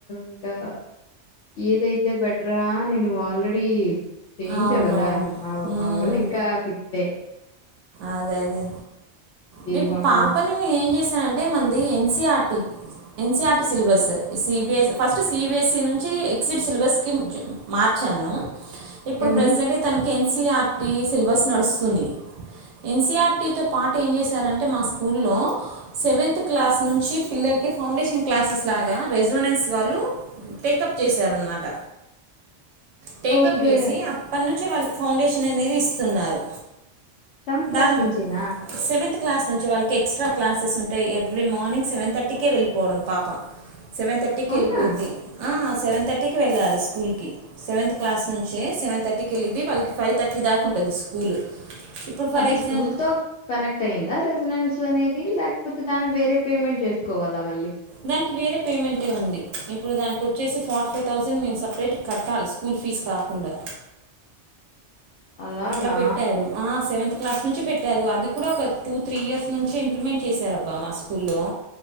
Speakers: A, on the left; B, on the right.
A: ఇంకా ఏదైతే బెటరా నేను ఆల్రెడీ చేయించావు
B: అవునవును
A: కదా మా
B: మ్మ్.
A: మా ఒళ్ళు ఇంకా ఫిప్తే
B: అదే అదే
A: ఏది
B: మీపు
A: బాగుంటదని
B: పాపనిే ఏం చేసానంటే మనది NCERT NCERT syllabus CBS first CBSE నుంచి ఎక్సిడ్ సిలబస్కి మార్చాను ఇప్పుడు
A: ఊహు
B: ప్రెసిెంట్ తననికి ఎన్సిఆర్టి సిలబస్ నడుస్తుంది ఎన్సీఆర్టీతో పాటు ఏం చేశారంటే మా స్కూల్లో సెవెంతత్ క్లాస్ నుంచి పిల్లలకి ఫౌండేషన్ క్లాసెస్ లాగా రెజవనెన్స్ వాళ్ళు టేకప్ చేశారనమాట టేక
A: ఓకే
B: బేసి అను వచ్చే వాళ్ళకి ఫౌండేషన్ అనేది ఇస్తున్నారు
A: సెవెంత్ క్లాస్
B: దాని
A: నుంచేనా
B: సెవెంత్ క్లాస్ నుంచి వాళ్ళకి ఎక్స్ట్రా క్లాసెస్ ఉంటాయి ఎవ్రీ మార్నింగ్ సెవెన్ థర్టీకే వెళ్ళిపోవడం పాప సెవెన్ థర్టీకి
A: అవునా
B: వెళ్ళిపోయిద్ది ఆ సెవెన్ థర్టీకి వెళ్ళాలి స్కూల్కి సెవెంత్ క్లాస్ నుంచే సెవెన్ థర్టీకి వెళ్ళేది వాళ్ళకి ఫైవ్ థర్టీ దాకా ఉంటుంది స్కూల్ ఇప్పుడు ఫర్
A: అది
B: ఎగ్జాంపుల్
A: స్కూల్ తో కనెక్ట్ అయిందా రెసిడెంస్ అనేది లేకపోతే దానికి వేరే పేమెంట్ చేసుకోవాలా మళ్ళీ
B: దానికి వేరే పేమెంటే ఉంది ఇప్పుడు దానికి వచ్చేసి ఫార్టీ ఫైవ్ థౌసండ్ మేము సపరేట్ కట్టాలి స్కూల్ ఫీజు కాకుండా
A: అలాగా
B: అట్లా పెట్టారు ఆ సెవెంత్ క్లాస్ నుంచి పెట్టారు అది కూడా ఒక టూ త్రీ ఇయర్స్ నుంచే ఇంప్లిమెంట్ చేశారబ్బా మా స్కూల్లో